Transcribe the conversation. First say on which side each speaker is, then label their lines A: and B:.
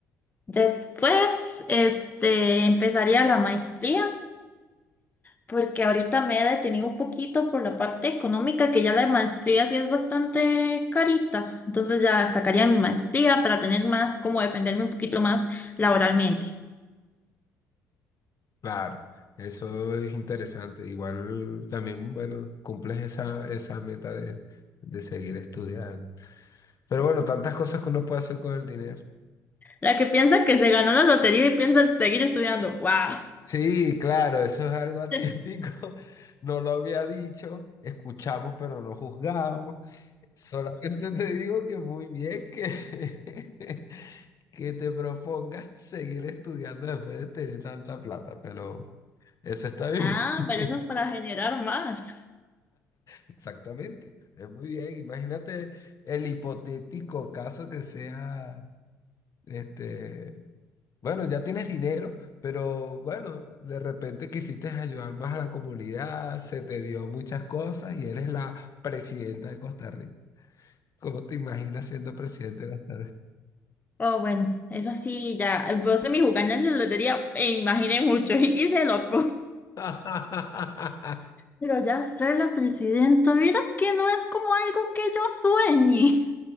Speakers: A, on the left; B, on the left.
A: Después, este, empezaría la maestría, porque ahorita me he detenido un poquito por la parte económica, que ya la maestría sí es bastante carita. Entonces ya sacaría mi maestría para tener más, como defenderme un poquito más laboralmente.
B: Claro, eso es interesante. Igual también, bueno, cumples esa, esa meta de, de seguir estudiando. Pero bueno, tantas cosas que uno puede hacer con el dinero.
A: La que piensa que se ganó la lotería y piensa seguir estudiando. ¡Wow!
B: Sí, claro, eso es algo atípico.
A: <laughs>
B: <laughs> No lo había dicho. Escuchamos, pero no juzgamos. Solamente te digo que muy bien que, <laughs> que te propongas seguir estudiando después de tener tanta plata, pero eso está bien.
A: Ah,
B: <laughs>
A: pero eso es para generar más.
B: Exactamente, es muy bien. Imagínate el hipotético caso que sea, este, bueno, ya tienes dinero, pero bueno, de repente quisiste ayudar más a la comunidad, se te dio muchas cosas y eres la presidenta de Costa Rica. ¿Cómo te imaginas siendo presidente de Costa Rica?
A: Oh, bueno, eso sí, ya. Vos en mi jugada en la lotería me imaginé mucho <laughs> y hice loco.
B: <laughs>
A: Pero ya ser la presidenta, vieras que no es como algo que yo sueñe. <laughs>